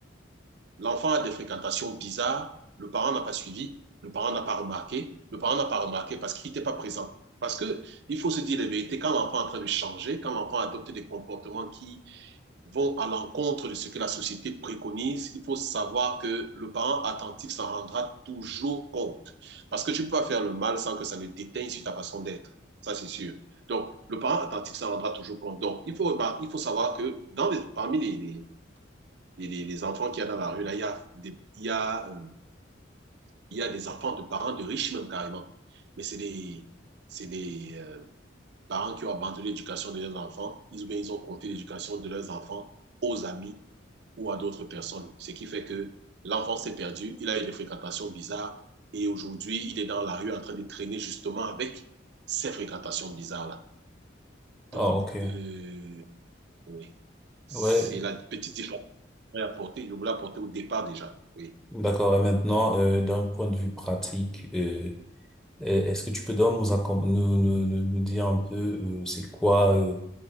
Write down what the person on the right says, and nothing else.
L'enfant a des fréquentations bizarres, le parent n'a pas suivi, le parent n'a pas remarqué, le parent n'a pas remarqué parce qu'il n'était pas présent. Parce que il faut se dire la vérité, quand l'enfant est en train de changer, quand l'enfant adopte des comportements qui vont à l'encontre de ce que la société préconise, il faut savoir que le parent attentif s'en rendra toujours compte. Parce que tu peux pas faire le mal sans que ça ne déteigne sur ta façon d'être. Ça, c'est sûr. Donc, le parent attentif s'en rendra toujours compte. Donc, il faut, remarquer, il faut savoir que dans les, parmi les, les les, les, les enfants qu'il y a dans la rue, là, il y a des, il y a, euh, il y a des enfants de parents de riches même carrément. Mais c'est des, c'est des euh, parents qui ont abandonné l'éducation de leurs enfants. Ils, bien, ils ont compté l'éducation de leurs enfants aux amis ou à d'autres personnes. Ce qui fait que l'enfant s'est perdu, il a eu des fréquentations bizarres et aujourd'hui, il est dans la rue en train de traîner justement avec ces fréquentations bizarres-là.
Donc,
euh, oui. c'est
la petite différence que je voulais apporter, je voulais apporter au départ déjà. Oui.